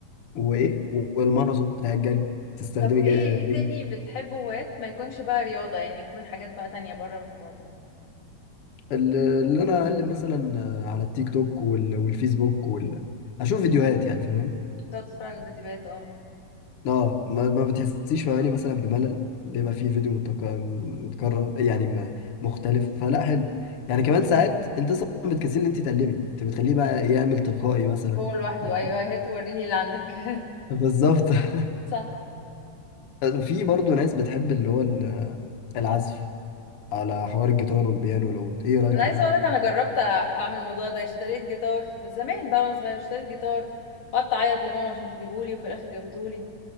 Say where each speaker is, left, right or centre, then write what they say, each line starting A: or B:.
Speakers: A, on the left (about 85°); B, on the left (about 45°).
A: وايه والماراثون بتاع الجري تستخدمي
B: طب ايه
A: جا- رجل
B: ايه تاني بتحبه هوايات ما يكونش بقى رياضه يعني يكون حاجات بقى تانية بره الموضوع ده يعني
A: ال- اللي انا اقلب مثلا على التيك توك وال... والفيسبوك وال... اشوف فيديوهات
B: مم.
A: يعني فاهماني
B: تقعد تتفرج فيديوهات اه
A: اه ما, ما بتحسيش فاهماني مثلا بملل بيبقى فيه فيديو متك... متكرر يعني م- مختلف فلا حلو يعني كمان ساعات انت اصلا بتكسلي ان انت تقلبي انت بتخليه بقى يعمل تلقائي مثلا
B: هو لوحده
A: ف-
B: ايوه هات وريني اللي عندك <laughs>
A: بالظبط <laughs>
B: صح
A: في برضه ناس بتحب اللي هو ال- العزف على حوار الجيتار والبيانو لو ايه رأيك
B: انا
A: في
B: عايزه
A: الحوار
B: اقول
A: ده
B: لك انا جربت أع- اعمل الموضوع ده اشتريت جيتار بس زمان بقى وانا صغيره اشتريت جيتار وقعدت اعيط لماما عشان تجيبهولي وفي الاخر جابتهولي